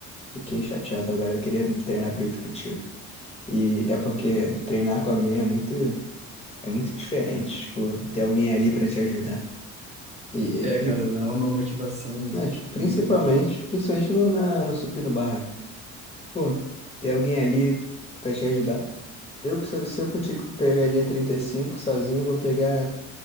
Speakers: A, on the left; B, on the right.
A: fiquei chateado agora, eu queria treinar peito contigo. E é porque treinar com alguém é muito, é muito diferente, tipo, ter alguém ali pra te ajudar. E, e-
B: É, cara,
A: e-
B: dá uma motivação
A: não, tipo, principalmente,
B: muito grande.
A: principalmente no, na, no supino barra. Pô, ter alguém ali pra te ajudar. Eu, se eu, se eu contigo pegaria 35 sozinho, eu vou pegar